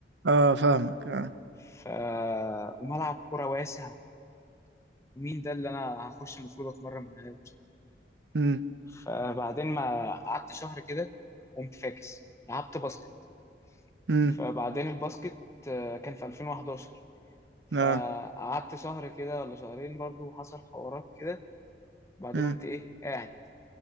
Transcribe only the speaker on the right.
اه فاهمك اه
امم
امم
اه
امم